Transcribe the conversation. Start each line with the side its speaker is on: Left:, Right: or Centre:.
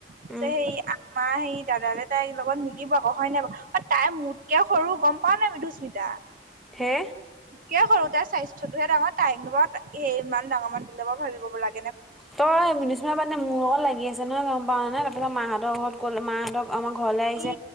Right: কৈছে
Centre: উম
Right: সেই আমা সেই দাদালে তাই লগত মিলিব আক হয় নে বাউ অ তাই মুতকে সৰু গম পাওঁ নাই মিধুস্মিতা।
Centre: হে
Right: কে সৰু তাই স্বাস্থ্যতটোহে ডাঙৰ তাইকনো বা এ ইমান ডাঙৰ মানুহটোৰ লগত ভাবিব গে লা
Centre: তই মিনুস্মিনা মানে মোৰ লগত লাগি আছে ন গম পাও নে তাৰপিছত মা হঁতৰ ঘৰত কল মা হঁতৰ আমাৰ ঘৰলে আহিছে
Right: কি